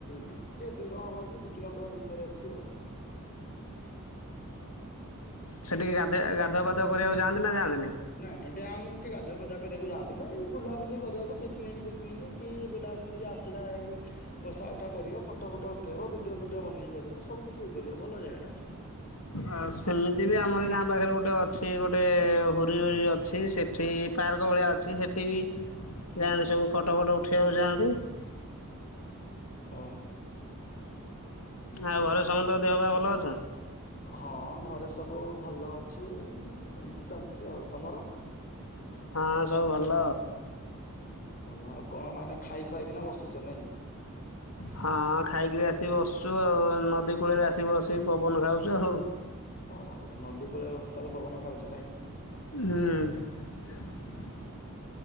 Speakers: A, on the left; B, on the left.
A: ଟିକେ ଦୂର ହବ ବୋଲି ଦି କିଲୋମିଟର ଭିତରେ ଅଛି ଆଉ। <unintelligible>
B: ସେଠିକି ଗାଧ ଗାଧଆ ପାଧୁଆ କରିବାକୁ ଯାଆନ୍ତି ନା ଯାଆନ୍ତି <inaudible>
A: ନାଇଁ ନାଇ ଡ୍ୟାମକୁ ଆମକୁ କିଏ ଗାଧୋଇବାଧା <unintelligible> କରିବାକୁ ଯାଆନ୍ତି ବୁଲାବୁଲି କରିବାକୁ ପିକିକିକିକ କି ବୁଲାବୁଲି ଯି ଆସା ଯ ବ <inaudible> ତାଉଟା କରିବ, ଫଟୋ ଫଟୋ ଉଠେଇବ ଭିଡ଼ିଓ ଫିଡ଼ିଓ ବନେଇ ପାରିବ, ସବୁ କିଛି ହେଇପାରିବ ଭଲ ଜାଗା ଟା।
B: ଆ ସେମିତି ବି ଆମର ଗାଁ ପାଖରେ ଗୋଟେ ଅଛି ଗୋଟେ ଗୋଟେ ହୁରି ହୁରି ଅଛି ସେଠି ପାର୍କ ଭଳିଆ ଅଛି । ସେ ସେଠି ବି
A: ହଁ।
B: ଯାଆନ୍ତି ସବୁ, ଫଟୋ ଫଟୋ ଉଠିବାକୁ ଯାଆନ୍ତି ।
A: ଓ <unintelligible>
B: ଆଉ ଘରେ ସମସ୍ତଙ୍କ ଦେହ ପା ଭଲ ଅଛି?
A: ହଁ ଘରେ ସବୁ ଭଲ ଅଛି, ଏମତି ଚାଲିଛି। କି ଆଉ ତମର?
B: ହଁ ସବୁ ଭଲ
A: ଓ ଭଲ ଆଉ କଣ ମାନେ ଖାଇ ଖାଇକିନା ବସିଛ ନାଇଁ କି?
B: ହଁ ଖାଇକିରି ଆସିକି ବସୁଛୁ ଆଉ ନଦୀ କୂଳରେ ଆସିକି ବସିକି ପବନ ଖାଉଛୁ ଆଉ <inaudible>
A: ଓହୋ ନଦୀ କୂଳ ବସି ତାହେଲେ ପବନ ଖାଉଛ? ନାଇଁ କି -?
B: ହୁଁ
A: ହୁଁ